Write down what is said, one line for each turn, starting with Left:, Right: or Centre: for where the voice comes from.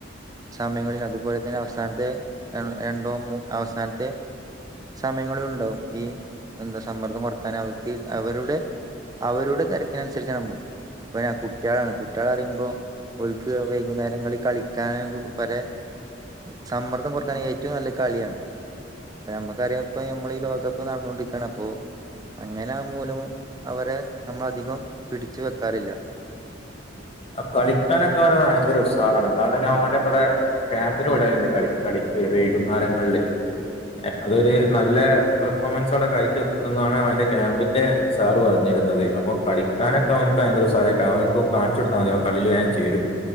Right: സമയങ്ങളില് അതുപോലെ തന്നെ അവസാനത്തെ ര രണ്ടോ മൂ അവസാനത്തെ സമയങ്ങളിലുണ്ടാവും ഈ എന്താ സമ്മർദ്ദം കൊറക്കാൻ അവർക്ക് അവരുടെ അവരുടെ തെരക്കിനനുസരിച്ചാണ് അമ്മക്ക് ഇപ്പഴാ കു കുട്ട്യളാണ് കുട്ട്യാളാറിയുമ്പോ ഓല്ക്ക് വൈകുന്നേരങ്ങളില് കളിക്കാനൊക്ക പലെ ഏഹ് സമ്മർദ്ദം കൊറക്കാൻ ഏറ്റവും നല്ലെ കളിയാണ് ഇപ്പ ഞമ്മക്കറിയാ ഇപ്പോ ഞമ്മള് ഈ ലോക കപ്പ് നടന്നോണ്ടിരിക്കാണ് അപ്പോ അങ്ങനെ ആ മൂലമൂ അവരെ നമ്മളധികം പിടിച്ച് വെക്കാറില്ല
Left: ആഹ് കളിക്കാനൊക്കെ അവന് ഭയങ്കര ഉസ്സാറാണ് കാരണം ഞാൻ ഓനെ ഇബടെ ക്യാമ്പിന് വിടല്ണ്ട് കളി കളിക്ക് വൈകുന്നാരങ്ങള്ല് ഏഹ് അതൊര് നല്ല പെർഫോമൻസവടെ കാഴ്ച വെക്ക്ണ്ടെന്നാണ് അവന്റെ ക്യാമ്പി ന്റെ സാറ് പറഞ്ഞിരുന്നത്. അപ്പൊ കളിക്കാനൊക്കെ അവന്ക്ക് ഭയങ്കര ഉസ്സാറേക്കാ അവന്ക്കു കാണ്ച്ചൊട് ത്താ മതി അവൻ കളീല് വേം ചേരും